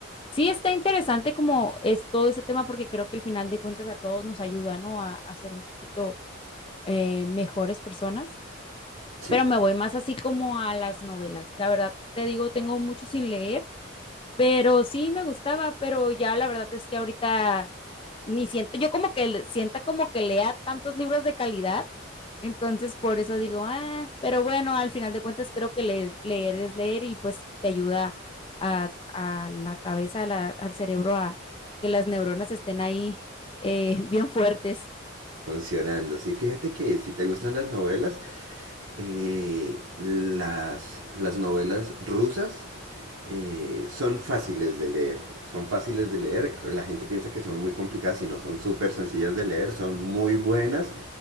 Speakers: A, on the left; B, on the right.
A: sí está interesante como es todo ese tema, porque creo que al final de cuentas a todos nos ayuda, ¿no? A, a ser un poquito eh, mejores personas.
B: Sí.
A: Pero me voy más así como a las novelas. La verdad, te digo, tengo mucho sin leer. Pero sí me gustaba, pero ya la verdad es que ahorita ni siento, yo como que le- sienta como que lea tantos libros de calidad, entonces por eso digo, ah, pero bueno, al final de cuentas creo que leer, leer es leer y pues te ayuda a, a la cabeza, a la- al cerebro, a que las neuronas estén ahí eh, <laughs> bien fuertes.
B: funcionando. Sí, fíjate que si te gustan las novelas, eh, las, las novelas rusas eh, son fáciles de leer. Son fáciles de leer. La gente piensa que son muy complicadas y no son súper sencillas de leer. Son muy buenas.